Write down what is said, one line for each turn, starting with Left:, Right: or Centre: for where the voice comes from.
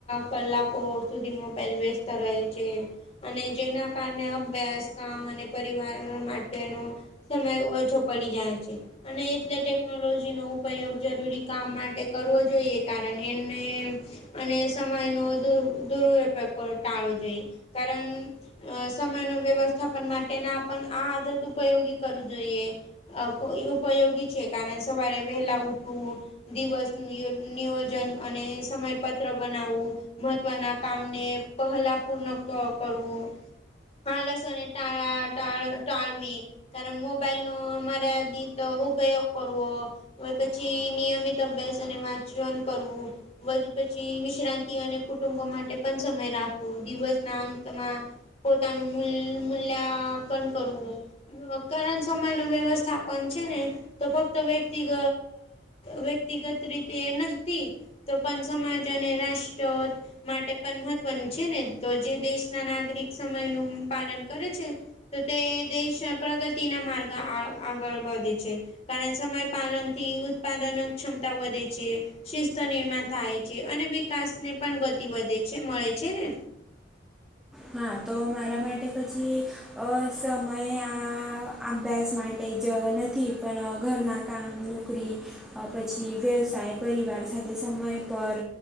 Left: કલાકો સુધી મોબાઈલ વ્યસ્ત રહે છે. અને જેના કારણે અભ્યાસ કામ અને પરિવાર માટેનો સમય ઓછો પડી જાય છે. અને એટલે ટેકનોલોજીનો ઉપયોગ જરૂરી કામ માટે કરવો જોઈએ, કારણ એને અને સમયનોર દૂર દુરઅપયોગ કાળતા આવડવો જોઈએ, કારણ અ સમય નો વ્યવસ્થાપન માટેના પણ આ આદત ઉપયોગી કરવું જોઈએ. અ કો ઈ ઉપયોગી છે, કારણ સવારે વહેલા ઉઠવું. દિવસ નુયો નિયોજન અને સમયપત્ર બનાવવું. મહત્વના કામને પહેલા પૂર્ણ ક કરવું. પાલસને ટા ટા ટાળવી. કારણ મોબાઈલનો મર્યાદિત ઉપયોગ કરવો. હોય પછી નિયમિત અભ્યાસ અને વાંચવાનુ કરવું. વધ પછી વિશ્રાંતિ અને કુટુંબો માટે પણ સમય રાખવો, દિવસ ના અંતમાં, પોતાનું મૂલ મૂલ્યાંકન કરવું. અકારણ સમયનો વ્યવસ્થાપન છે ને તો ફક્ત વ્યક્તિગત વ્યક્તિગત રીતે નહતી. તો પણ સમાજ અને રાષ્ટ્ર, માટે પણ મહત્ત્વનું છે ને. તો જે દેશના નાગરિક સમય નું પાલન કરે છે. તો તે દેશન પ્રગતિના મારગા આ આગળ વધે છે. કારણ સમય પાલનથી ઉત્પાદન ક્ષમતા વધે છે. શિસ્ત નિર્માણ થાય છે, અને વિકાસ ને પણ ગતિ વધે છે, મળે છે ને.
Centre: હા, તો મારા માટે પછી સમય આ અભ્યાસ માટે ટે જ નથી, પણ ઘરના કામ, નોકરી અ પછી વ્યવસાય, પરિવાર સાથે સમય પર.